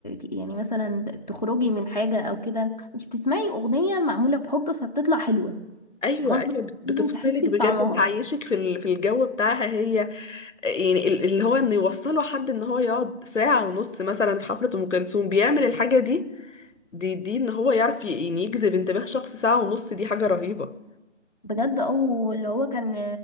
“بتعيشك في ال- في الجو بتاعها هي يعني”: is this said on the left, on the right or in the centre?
Left